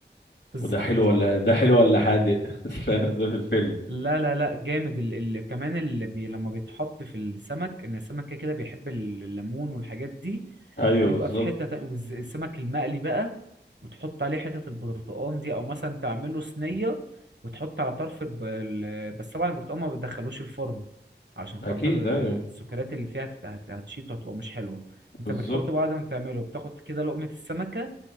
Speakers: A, on the right; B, on the left.
A: بالظبط
B: وده حلو ولا ده حلو ولا حادق <laughs> فاهم زي في الفيلم
A: لا لا لا جامد ال... ال... كمان اللي بي... لما بيتحط في السمك ان السمك كده كده بيحب ال- الليمون والحاجات دي
B: ايوه
A: بيبقى
B: بالظبط
A: في حتة تانية والسمك المقلي بقى وتحط عليه حتة البرتقان دي او مثلا تعمله صينية وتحط على طرف الب... ال... بس طبعا البرتقان ما بتدخلوش الفرن عشان خاطر
B: اكيد
A: آه،
B: ايوه
A: السكريات اللي فيها هت... هت- هتشيط وهتبقى مش حلوة انت
B: بالظبط
A: بتحط بعد ما تعمله بتاخد كده لقمة السمكة